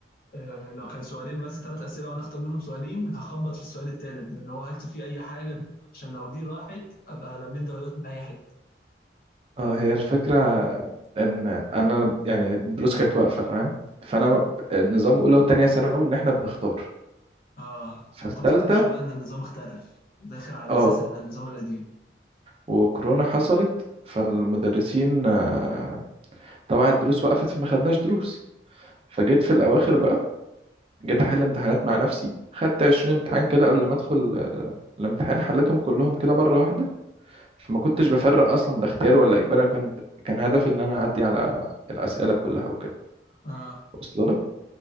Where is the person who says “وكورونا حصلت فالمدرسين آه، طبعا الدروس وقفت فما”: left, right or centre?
Right